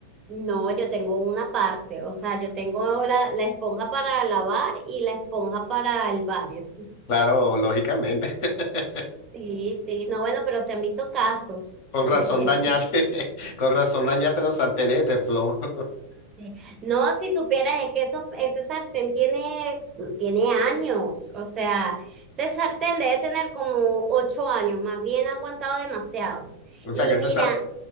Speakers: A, on the right; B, on the left.
A: no, yo tengo una parte, o sea, yo tengo la, la esponja para lavar y la esponja para el baño. <laughs>
B: Claro, lógicamente. <laughs>
A: Sí, sí, no, bueno, pero se han visto casos.
B: Con
A: <laughs>
B: razón dañate, <laughs> con razón dañate los sartenetes, Flo. <laughs>
A: Sí. No, si supieras, es que eso, ese sartén tiene, tiene años, o sea, ese sartén debe tener como ocho años, más bien ha aguantado demasiado.
B: O
A: Y
B: sea que
A: mira,
B: ese, sar-